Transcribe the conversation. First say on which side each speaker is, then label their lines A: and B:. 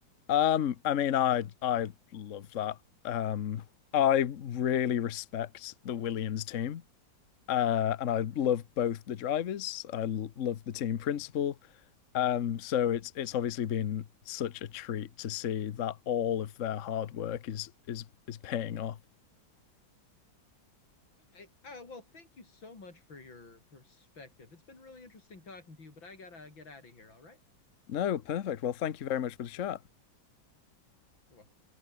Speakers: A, on the left; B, on the left.
A: Um, I mean, I I love that. Um, I really respect the Williams team. Uh, and I
B: Hmm.
A: love both the drivers. I l- love the team principle. Um, so it's it's obviously been such a treat to see that all of their hard work is is is paying off.
B: Okay. Uh, well, thank you so much for your perspective. It's been really interesting talking to you, but I gotta get out of here. All right.
A: No, perfect. Well, thank you very much for the chat.
B: You're welcome.